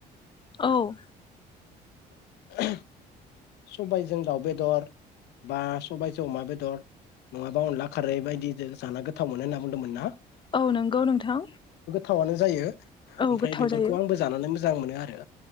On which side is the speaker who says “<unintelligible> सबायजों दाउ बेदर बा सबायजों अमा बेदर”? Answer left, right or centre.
Left